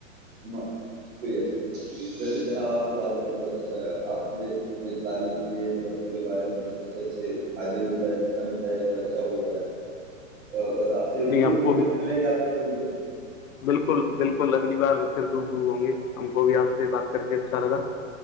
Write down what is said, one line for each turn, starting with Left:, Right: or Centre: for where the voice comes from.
Right: اں شکریہ شکریہ ویسے جناب آپ سے بات کر کے بہت اچھا لگا آپ نے یہ تعلیم کے مدرسے کے بارے میں ایک اچھے اچھے فائدے بھی بتائے نسان بتائے اور اچھا وہ بتایا اور اگر آپ روبو
Left: نہیں ہم
Right: ہوے
Left: کو بھی
Right: تو بل گ ی السلام علیکم محترم <unintelligible>
Left: بالکل بالکل اگلی بار پھر ڈوب رو ہوں گے ہم کو بھی آپ پ بات کر کے اچھا لگا